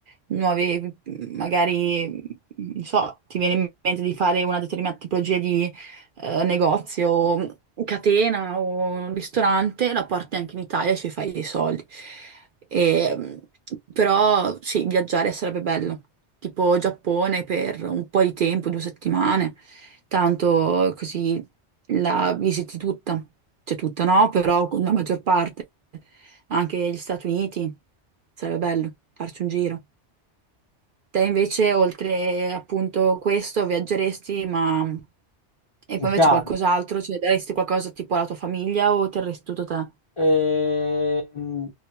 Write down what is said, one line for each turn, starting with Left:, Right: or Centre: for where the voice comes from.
Right: nuovi, magari, non so, ti viene in mente di fare una determinata tipologia di eh, negozio, o catena o un ristorante, la porti anche in Italia e ci fai dei soldi. E, però sì, viaggiare sarebbe bello tipo Giappone per un po' di tempo, due settimane, tanto così la visiti tutta, cioè tutta no, però con la maggior parte, anche gli Stati Uniti, sarebbe bello farci un giro. Te invece, oltre appunto questo, viaggeresti, ma... E
Left: Con
Right: poi
Left: calma.
Right: invece qualcos'altro, cioè daresti qualcosa tipo alla tua famiglia o terresti tutto te?
Left: Ehm,